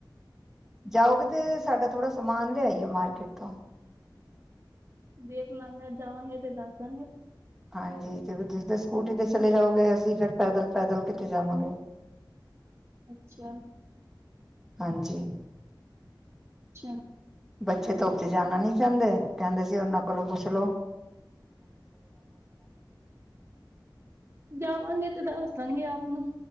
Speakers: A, in the centre; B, on the right.
A: ਜਾਓਗੇ ਤੇ ਸਾਡਾ ਥੋੜ੍ਹਾ ਸਮਾਨ ਲਿਆਈਓ ਮਾਰਕੀਟ ਤੋਂ
B: <inaudible>
A: ਹਾਂਜੀ ਤੇ ਫੇਰ ਤੁਸੀ ਤਾਂ ਸਕੂਟੀ ਤੇ ਚਲੇ ਜਾਓਗੇ, ਅਸੀਂ ਫਿਰ ਪੈਦਲ-ਪੈਦਲ ਕਿੱਥੇ ਜਾਵਾਂਗੇ।
B: ਅੱਛਾ,
A: ਹਾਂਜੀ,
B: ਅੱਛਾ,
A: ਬੱਚੇ ਧੁੱਪ ਜਾਣਾ ਨਹੀਂ ਚਾਂਦੇ ਕਹਿੰਦੇ ਸੀ ਉਹਨਾਂ ਕੋਲੋਂ ਪੁੱਛਲੋ।
B: ਜਾਵਾਂਗੇ ਤੇ ਦੱਸਦਾਗੇ ਆਪ ਨੂੰ